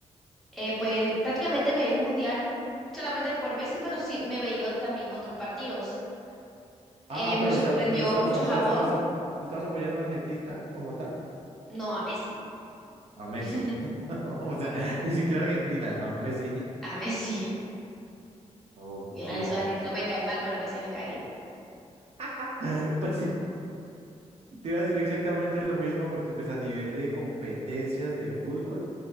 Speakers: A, in the centre; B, on the right.
A: eh, pues prácticamente me di el mundial solamente por Messi, pero sí me veía también otros partidos. Eh,
B: Ah,
A: me
B: pero
A: sorprendió
B: o sea, pero estabas,
A: mucho
B: o
A: Japón,
B: sea, estabas, ap- estabas apoyando a Argentina como tal.
A: no a Messi,
B: A Messi.
A: <laughs>
B: <laughs> No, O sea, <laughs> ni siquiera Argentina, a Messi.
A: a Messi.
B: Ok.
A: Mira, eso de Argentina me cae mal, pero Messi me cae bien.
B: <laughs> Pues sí, te iba a decir exactamente lo mismo porque pues a nivel de competencias de fútbol,